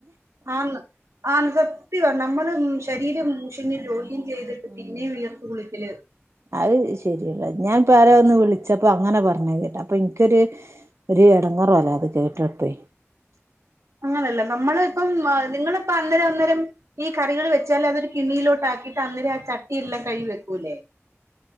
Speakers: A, on the right; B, on the right.
A: ആന്ന് ആന്ന് സത്യ നമ്മള് ശരീരം മുഷിഞ്ഞ് ചെയ്തിട്ട്
B: ഉം
A: പിന്നെ വിയർത്തു കുളി ല് പി -
B: അത് ശരിയല്ലാ ഞാൻ ഇപ്പൊ ആരെ ഒന്ന് വിളിച്ച പ്പൊ അങ്ങനെ പറഞ്ഞ കേട്ട് അപ്പൊ ഇനിക്കൊരു ഒരു എടങ്ങേറ് പോലെ അത് കേട്ടപ്പോ.
A: അങ്ങനെയല്ല നമ്മള ഇപ്പം നിങ്ങളിപ്പം അ ന്നേരം അന്നരം ഈ കറികൾ വെച്ചാൽ അതൊരു കിണ്ണിയിലോട്ട് ആക്കിട്ട് അന്നേരം ആ ചട്ടിയെല്ലാം കഴികി വെക്കൂല്ലേ